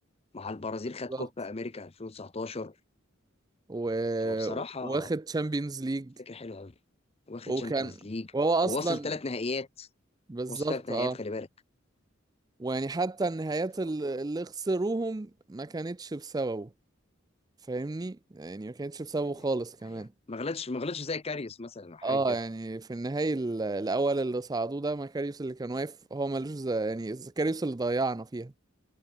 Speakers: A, on the left; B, on the right.
A: مع البرازيل خد
B: بالظبط
A: كوبا امريكا 2019
B: و...
A: هو بصراحه
B: واخد تشامبيونز ليج
A: فكره حلوه قوي واخد
B: وكان
A: تشامبيونز ليج
B: وهو
A: وواصل
B: اصلا
A: ثلاث نهائيات
B: بالظبط
A: واصل ثلاث نهائيات
B: اه
A: خلي بالك
B: ويعني حتى النهايات
A: فهو-
B: ال- اللي خسروهم ما كانتش بسببه فاهمني يعني ما كانتش بسببه
A: حقيقة
B: خالص كمان
A: حقيقة ما غلطش ما غلطش زي كاريوس مثلا او حاجه
B: اه
A: كده
B: يعني في النهاية ال- الاول اللي صعدوه ده مكاريوس اللي كان واقف هو ملوش ز- يعني زكاريوس اللي ضيعنا فيها